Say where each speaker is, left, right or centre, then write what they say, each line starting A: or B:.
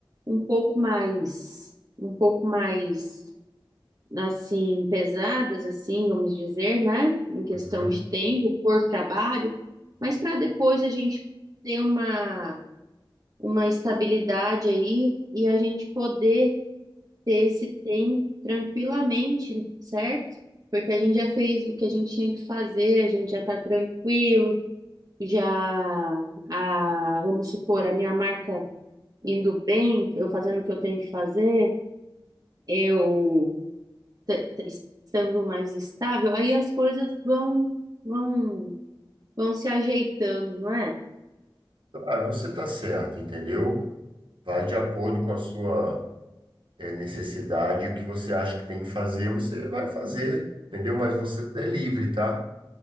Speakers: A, on the right; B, on the right.
A: um pouco mais, um pouco mais, assim, pesadas, assim, vamos dizer, né? Em questão
B: Uhum.
A: de tempo, por trabalho, mas para depois a gente ter uma, uma estabilidade aí e a gente poder ter esse tempo tranquilamente, certo? Porque a gente já fez o que a gente tinha que fazer, a gente já tá tranquilo já a, vamos supor, a minha marca indo bem, eu fazendo o que eu tenho que fazer, eu te- te- estando mais estável, aí as coisas vão vão vão se ajeitando, não é?
B: Claro, você está certo entendeu vai de acordo com a sua eh, necessidade o que você acha que tem que fazer você vai fazer entendeu mas você é livre tá